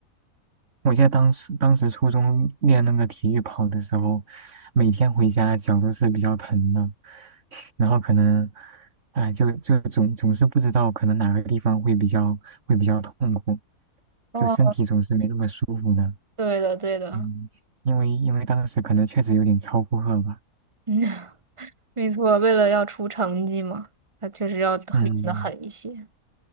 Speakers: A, on the right; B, on the right.
A: 我记得当时当时初中练那个体育跑的时候，每天回家脚都是比较疼的，然后可能，哎，就就总总是不知道可能哪个地方会比较会比较痛苦，
B: 哦，
A: 就身体总是没那么舒服的。
B: 对的，对的，
A: 嗯，
B: <laughs>
A: 因为因为当时可能确实有点超负荷吧。
B: 嗯，没错，为了要出成绩嘛，他确实要狠的得狠一些。
A: 嗯，